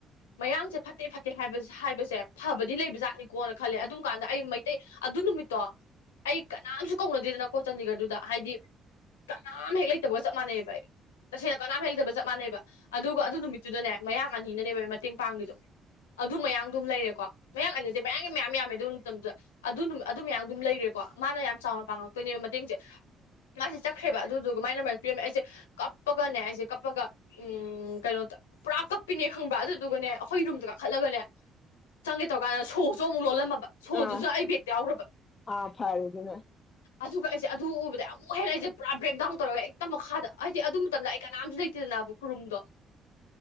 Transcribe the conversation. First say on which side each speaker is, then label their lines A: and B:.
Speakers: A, on the left; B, on the left.
A: ꯃꯌꯥꯡꯁꯦ ꯐꯠꯇꯦ ꯐꯠꯇꯦ ꯍꯥꯏꯕ ꯍꯥꯏꯕꯁꯦ ꯐꯕꯗꯤ ꯂꯩꯕ ꯖꯥꯠꯅꯤꯀꯣꯅ ꯈꯜꯂꯦ ꯑꯗꯨꯝ ꯀꯥꯟꯗ ꯑꯩ ꯃꯩꯇꯩ ꯑꯗꯨ ꯅꯨꯃꯤꯠꯇꯣ ꯑꯩ ꯀꯅꯥꯝꯁꯨ ꯀꯧꯅꯗꯦꯗꯅꯀꯣ ꯆꯥꯟꯗꯤꯒꯔꯗꯨꯗ ꯍꯥꯏꯗꯤ ꯀꯅꯥꯝ ꯍꯦꯛ ꯂꯩꯇꯕꯒ ꯆꯞ ꯃꯥꯟꯅꯩꯑꯕ ꯑꯩ ꯇꯁꯦꯡꯅ ꯀꯅꯥꯝ ꯍꯦꯛ ꯂꯩꯇꯕ ꯆꯞ ꯃꯥꯟꯅꯩꯕ ꯑꯗꯨꯒ ꯑꯗꯨ ꯅꯨꯃꯤꯠꯇꯨꯗꯅꯦ ꯃꯌꯥꯡ ꯑꯥꯅꯤꯅꯅꯦꯕ ꯃꯇꯦꯡ ꯄꯥꯡꯉꯤꯗꯣ ꯑꯗꯨ ꯃꯌꯥꯡꯗꯨꯝ ꯂꯩꯔꯦꯀꯣ ꯃꯌꯥꯡ ꯑꯅꯤꯁꯦ ꯃꯌꯥꯡꯒꯤ ꯃꯌꯥꯝ ꯌꯥꯝꯃꯦ ꯑꯗꯨ ꯃꯇꯝꯗꯨꯗ ꯑꯗꯨꯗꯨꯝ ꯑꯗꯨ ꯃꯌꯥꯝ ꯑꯗꯨꯝ ꯂꯩꯔꯦꯀꯣ ꯃꯥꯅ ꯌꯥꯝ ꯆꯥꯎꯅ ꯄꯥꯡꯉꯛꯇꯣꯏꯅꯦꯕ ꯃꯇꯦꯡꯁꯦ ꯃꯥꯁꯤ ꯆꯠꯈ꯭ꯔꯦꯕ ꯑꯗꯨꯗꯨꯒ ꯃꯥꯏ ꯅꯝꯕꯔ ꯄꯤꯔꯝꯃꯦ ꯑꯩꯁꯦ ꯀꯥꯞꯄꯒꯅꯦ ꯑꯩꯁꯦ ꯀꯞꯄꯒ ꯎꯝ ꯀꯩꯅꯣꯇ ꯄꯨꯔꯥ ꯀꯞꯄꯤꯅꯦ ꯈꯪꯕ꯭ꯔꯥ ꯑꯗꯨꯗꯨꯒꯅꯦ ꯑꯩꯈꯣꯏ ꯔꯨꯝꯗ ꯀꯥꯈꯠꯂꯒꯅꯦ ꯆꯪꯒꯦ ꯇꯧꯀꯥꯟꯗ ꯁꯣꯛꯁꯨ ꯑꯃꯨꯛ ꯂꯣꯜꯂꯝꯃꯕ ꯁꯣꯗꯨꯁꯨ
B: ꯑꯥ
A: ꯑꯩ ꯕꯦꯛꯇ ꯌꯥꯎꯒ꯭ꯔꯕ
B: ꯑꯥ ꯐꯔꯦ ꯑꯗꯨꯅ
A: ꯑꯗꯨꯒ ꯑꯩꯁꯦ ꯑꯗꯨ ꯎꯕꯗ ꯑꯝ ꯑꯃꯨꯛ ꯍꯦꯜ ꯑꯩꯁꯦ ꯄꯨꯔꯥ ꯕꯦꯛꯗꯥꯎꯟ ꯇꯧꯔꯒ ꯍꯦꯛꯇ ꯃꯈꯥꯗ ꯑꯩꯗꯤ ꯑꯗꯨ ꯃꯇꯝꯗ ꯑꯩ ꯀꯅꯥꯝꯁꯨ ꯂꯩꯇꯦꯗꯅꯕꯨ ꯈꯨꯔꯨꯝꯗꯣ